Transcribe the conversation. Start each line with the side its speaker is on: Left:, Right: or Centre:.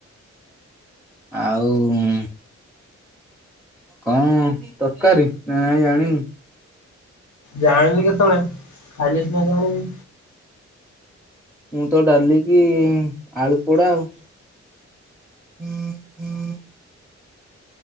Centre: ଆଉ ଉଁ। କଁ ତରକାରୀ ନା ନାଇଁ ଜାଣିନୁ।
Left: ଜାଣିଲି କେତେବେଳେ ଖାଇଲେ ସିନା ଜାଣିବି।
Centre: ମୁଁ ତ ଡାଲିକି ଆଳୁ ପୋଡା ଆଉ। ହୁଁ ହୁଁ